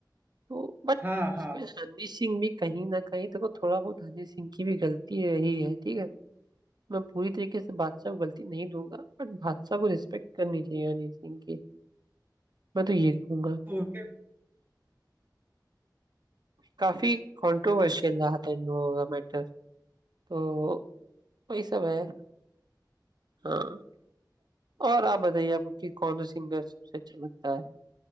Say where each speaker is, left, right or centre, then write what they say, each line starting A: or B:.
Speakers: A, on the right; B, on the right.
A: तो बट
B: हाँ
A: उसमें
B: हाँ
A: हनी सिंह भी कहीं ना कहीं देखो थोड़ा बहुत हनी सिंह की भी गलती रही है ठीक है मैं पूरी तरीके से बादशाह को गलती नहीं दूंगा बट बादशाह को रिस्पेक्ट करनी चाहिए हनी सिंह की मैं तो ये कहूंगा
B: तो उनके
A: काफी कंट्रोवर्शियल रहा था इन लोगों का मैटर तो वही सब है हाँ और आप बताइए आपको कि कौन सा सिंगर सबसे अच्छा लगता है